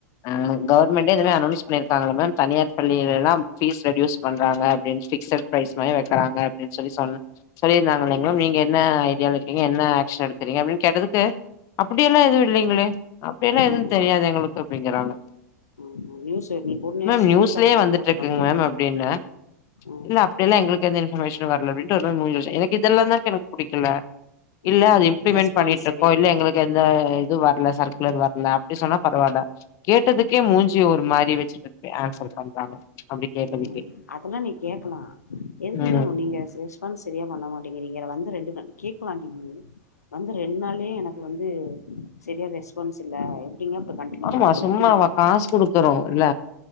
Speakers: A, on the left (about 40°); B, on the left (about 70°).
A: அ கவுர்மெண்டே இந்த மார் அனோன்ஸ் பண்ணிர்க்காங்கல்ல மேம் தனியார் பள்ளியிலெல்லா ஃபீஸ் ரெடியூஸ் பண்றாங்க அப்டின் ஃபிக்ஸட் ப்ரைஸ் மாரி வெக்கறாங்க அப்டின் சொல்லி சொன் சொல்லிருந்தாங்கல்லைங்களா
B: ம்
A: நீங்க என்ன ஐடியாவ்ல இருக்கீங்க என்ன ஆக்ஷன் எடுக்கறீங்க அப்டின் கேட்டதுக்கு அப்டியெல்லா எதுவு இல்லைங்களே அப்டியெல்லா எதுவ்
B: ம்
A: தெரியாது எங்களுக்கு அப்டிங்கறாங்க
B: உ, நியூஸ் நீ போட்டு
A: மேம்
B: ஸ்கிரீன்ஷாட்
A: நியூஸ்லயே
B: எடுத்து
A: வந்துட்ருக்குங்
B: போட்டு காமிச்சிருக்கணு
A: மேம் அப்டின்னே
B: ம்
A: இல்ல அப்டியெல்லா எங்களுக்கு எந்த இன்ஃபர்மேஷ் னு வர்ல அப்டின்ட்டு ஒரு மார் மூஞ்சி வெச்ட்டு எனக் இதெல்லாந்தாங் எனக் புடிக்கல இல்ல
B: ம்
A: அது இம்ப்ளிமெண்ட்
B: ரெஸ்பான்ஸ்
A: பண்ணிட்ருக்கோ
B: சரியில்ல
A: இல்ல எங்களுக்கு எந்த இது வர் இல்ல சர்க்குலர் வர்ல அப்டி சொன்னா பரவால்ல கேட்டதுக்கே மூஞ்சி ஒரு மாரி வெ ச்சுகிட்டு ஆன்சர் பண்றாங்க அப்டி கேட்டதுக்கே
B: ம் அதெல்லா நீ கேக்கலா எதுக்குங்க
A: ம்
B: நீங்க ஸ் ரெஸ்பான்ஸ் செரியா பண்ண மாட்டிக்கிறீங்க நா வந்து ரெண் <unintelligible> கேக்கலாண்டி நீ வந்து ரெண் நாள்லயே எனக்கு வந்து செரியா ரெஸ்பான்ஸ் இல்ல <unintelligible> கண்டினியூ
A: ஆமா
B: பண்றது
A: சும்மாவா
B: அப்டிங்கிற மாரி
A: காஸ்
B: கேக்கலா
A: குடுக்கறோ இல்ல